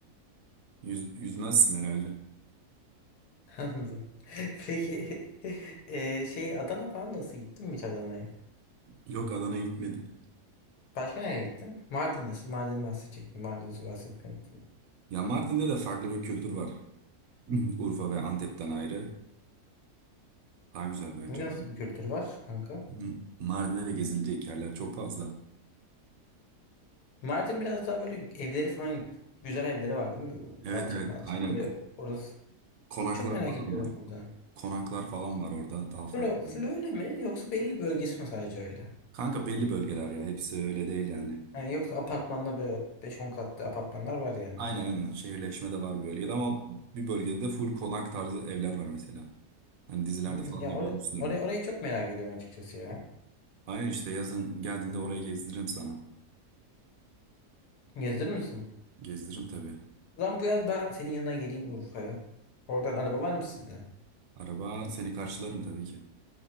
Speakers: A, on the right; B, on the left.
A: yüz, yüzmezsin herhalde.
B: Anladım. <laughs> Peki <laughs> eee, şey Adana falan nasıl gittin mi hiç Adana'ya?
A: Yok Adana'ya gitmedim.
B: Başka nereye gittin? Mardin nasıl? Mardin bahsedecektim. Mardin'i bahsetmeyi unuttum.
A: Ya Mardin'de de farklı bir kültür var. <clears throat> Urfa ve Antep'ten ayrı. Daha güzel bence.
B: Nasıl
A: Mar-
B: bir kültür var kanka?
A: <clears throat> Mardin'de de gezilecek yerler çok fazla.
B: Mardin biraz daha böyle evleri falan güzel evleri var değil mi? Bu
A: Evet
B: Alçak
A: evet
B: malçak
A: aynen
B: böyle
A: Ko-
B: orası.
A: konaklar
B: Çok merak
A: falan
B: ediyorum
A: var.
B: orada.
A: Konaklar falan var orada daha farklı
B: Böyle full
A: yani.
B: öyle mi yoksa belli bir bölgesi mi sadece öyle?
A: Kanka belli bölgeler ya hepsi öyle değil yani.
B: Yani yoksa apartmanda böyle beş on katlı apartmanlar var yani.
A: Aynen aynen şehirleşme de var bir bölgede ama bir bölgede de full konak tarzı evler var mesela. Hani dizilerde
B: Hmm,
A: falan
B: ya
A: da görmüşsündür
B: or orayı,
A: bu.
B: orayı çok merak ediyorum açıkçası ya.
A: Aynen işte yazın geldiğinde orayı gezdiririm sana.
B: Gezdirir misin?
A: Gezdiririm tabii.
B: Lan bu yaz ben senin yanına geleyim Urfa'ya. Oradan araba var mı sizde?
A: Araba seni karşılarım tabii ki.